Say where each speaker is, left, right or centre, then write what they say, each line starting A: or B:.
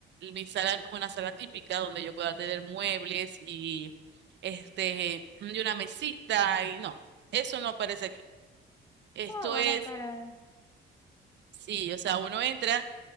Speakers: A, on the right; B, on the left.
A: mi sala no es una sala típica donde yo pueda tener muebles y este y una mesita y no, eso no aparece aquí. Esto
B: Ah, bueno,
A: es,
B: pero...
A: sí, o sea, uno entra,